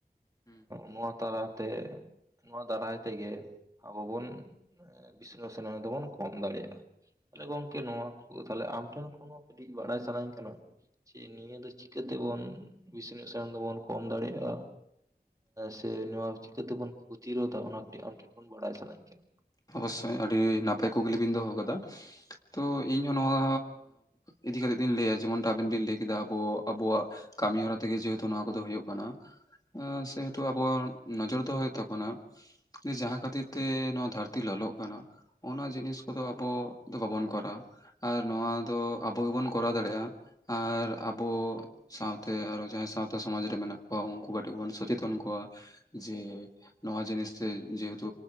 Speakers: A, on the left (about 20°); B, on the right (about 20°).
A: ᱦᱩᱸ
B: ᱱᱚᱣᱟ ᱛᱟᱞᱟᱛᱮ ᱱᱚᱣᱟ ᱫᱟᱨᱟᱭ ᱛᱮᱜᱮ ᱟᱵᱚ ᱵᱚᱱ ᱵᱤᱥᱱᱳᱥᱚᱱᱟ ᱫᱚᱵᱚᱱ ᱠᱚᱢ ᱫᱟᱲᱮᱭᱟᱜᱼᱟ᱾ ᱛᱟᱦᱞᱮ
A: ᱦᱮᱸ
B: ᱜᱚᱝᱠᱮ ᱱᱚᱣᱟ ᱠᱚ ᱛᱟᱦᱚᱞᱮ ᱟᱢ ᱴᱷᱮᱱ ᱠᱷᱚᱱ ᱦᱚᱸ ᱠᱟᱹᱴᱤᱡ ᱵᱟᱲᱟᱭ ᱥᱟᱱᱟᱧ ᱠᱟᱱᱟ᱾ ᱪᱮ ᱱᱤᱭᱟᱹ ᱫᱚ ᱪᱤᱠᱟᱹᱛᱮᱵᱚᱱ ᱵᱮᱥ-ᱧᱚᱜ-ᱥᱮᱱ ᱫᱚᱵᱚᱱ ᱠᱚᱢ ᱫᱟᱲᱮᱭᱟᱜᱼᱟ᱾ ᱥᱮ ᱱᱚᱣᱟ ᱪᱤᱠᱟᱹᱛᱮᱵᱩᱱ ᱯᱨᱚᱛᱤᱨᱳᱫᱟ ᱚᱱᱟ ᱠᱟᱹᱴᱤᱜ ᱟᱢ ᱴᱷᱮᱱ ᱠᱷᱚᱱ ᱵᱟᱲᱟᱭ ᱥᱟᱱᱟᱧ ᱠᱟᱱᱟ᱾
A: ᱚᱵᱚᱥᱥᱳᱭ ᱟᱹᱰᱤ ᱱᱟᱯᱟᱭ ᱠᱩᱠᱞᱤ ᱵᱤᱱ ᱫᱚᱦᱚ ᱟᱠᱟᱫᱟ᱾ ᱛᱚ ᱤᱧ ᱦᱚᱸ ᱱᱚᱣᱟ ᱤᱫᱤ ᱠᱟᱛᱮ ᱛᱤᱧ ᱞᱟᱹᱭᱟ ᱡᱮᱢᱚᱱ ᱟᱵᱮᱱ ᱵᱤᱱ ᱞᱟᱹᱭ ᱠᱮᱫᱟ ᱟᱵᱚ ᱟᱵᱚᱣᱟᱜ᱾ ᱠᱟᱹᱢᱤ ᱦᱚᱨᱟ ᱛᱮᱜᱮ ᱡᱮᱦᱮᱛᱩ ᱱᱚᱣᱟ ᱠᱚᱫᱚ ᱦᱩᱭᱩᱜ ᱠᱟᱱᱟ᱾ ᱮᱸ ᱥᱮᱦᱮᱛᱩ ᱟᱵᱚᱭᱟᱜ ᱱᱚᱡᱚᱨ ᱫᱚᱦᱚ ᱦᱩᱭᱩᱜ ᱛᱟᱵᱚᱱᱟ, ᱡᱮ ᱡᱟᱦᱟᱸ ᱠᱷᱟᱹᱛᱤᱨ ᱛᱮ ᱱᱚᱣᱟ ᱫᱷᱟᱹᱨ ᱛᱤ ᱞᱟᱞᱚᱜ ᱠᱟᱱᱟ ᱚᱱᱟ ᱡᱤᱱᱤᱥ ᱠᱚᱫᱚ ᱟᱵᱚ ᱫᱚ ᱵᱟᱵᱚᱱ ᱠᱚᱨᱟᱣᱟ᱾ ᱟᱨ ᱱᱚᱣᱟ ᱫᱚ ᱟᱵᱚ ᱜᱮᱵᱚᱱ ᱠᱚᱨᱟᱣ ᱫᱟᱲᱮᱜᱼᱟ, ᱟᱨ ᱟᱵᱚ ᱥᱟᱶᱛᱮ ᱟᱨᱚ ᱡᱟᱦᱟᱸᱭ ᱥᱟᱶᱛᱟ ᱥᱚᱢᱟᱡᱽ ᱨᱮ ᱢᱮᱱᱟᱜ ᱠᱚᱣᱟ ᱩᱱᱠᱩ ᱠᱟᱹᱴᱤᱡ ᱵᱚᱱ ᱥᱚᱪᱮᱛᱚᱱ ᱠᱚᱣᱟ᱾ ᱡᱮ ᱱᱚᱣᱟ ᱡᱤᱱᱤᱥ ᱛᱮ ᱡᱮᱦᱮᱛᱩ